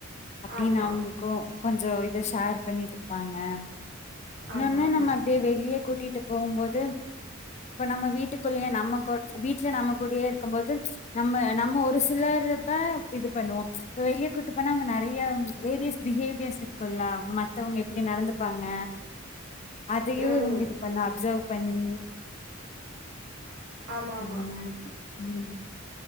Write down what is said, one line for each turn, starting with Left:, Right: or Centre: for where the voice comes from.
Left: அப்படின்னு
Right: ஆமா
Left: அவங்களுக்கும் கொஞ்சம் இதை ஷேர் பண்ணிட்டு இருப்பாங்க இன்னொன்னு
Right: ஆமா ஆமா
Left: நம்ம அப்படியே வெளியே கூட்டிட்டு போம்போது இப்ப நம்ம வீட்டுக்குள்ளேயே நம்ம வீட்டுல நம்ம கூடயே இருக்கும் போது நம்ம நம்ம ஒரு சிலர் <unintelligible> தா இது பண்ணு இப்ப வெளிய கூட்டு போனா அவுங்க நெறைய வேரியஸ் பிஹேவியர்ஸ் இருக்குல்ல அங்க மத்தவங்க எப்டி நடந்துப்பாங்க அதையும்
Right: ம்
Left: இவங்களுக்கு பண்ண அப்சர்வ் பண்ணி
Right: ஆமா ஆமா
Left: அந்தமாரி உம் <inaudible>